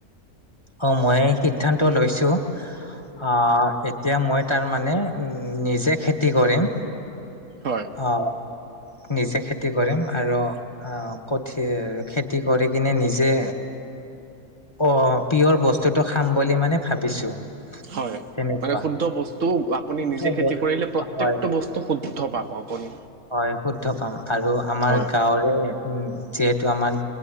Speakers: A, on the left; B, on the right.
A: অ মই সিদ্ধান্ত লৈছো। আহ এতিয়া মই তাৰ মানে নিজে খেতি কৰিম।
B: হয়
A: অ। নিজে খেতি কৰিম আৰু আহ কঠিয়া খেতি কৰি কিনে নিজে অ পিয়ৰ বস্তুটো খাম বুলি মানে ভাবিছো।
B: হয়।
A: তেনেকুৱা
B: মানে শুদ্ধ বস্তু আপুনি
A: শুদ্ধ
B: নিজে খেতি
A: বস্তু
B: কৰিলে প্ৰত্যেকটো
A: হয়
B: বস্তু শুদ্ধ পাব। আপুনি।
A: হয় শুদ্ধ পাম আৰু আমাৰ
B: হয়
A: গাঁৱৰে উম যিহেতু আমাৰ